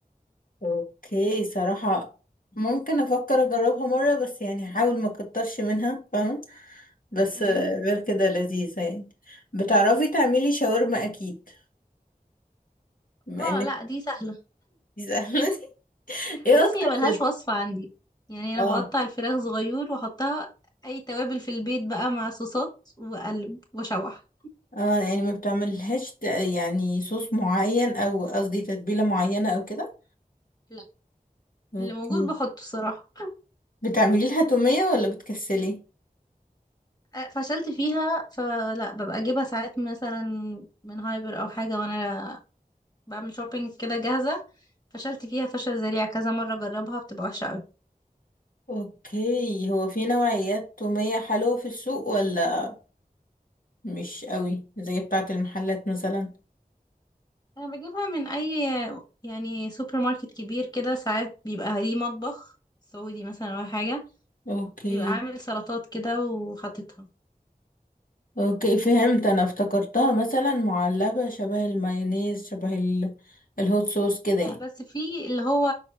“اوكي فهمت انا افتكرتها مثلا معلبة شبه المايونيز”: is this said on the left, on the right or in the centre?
Left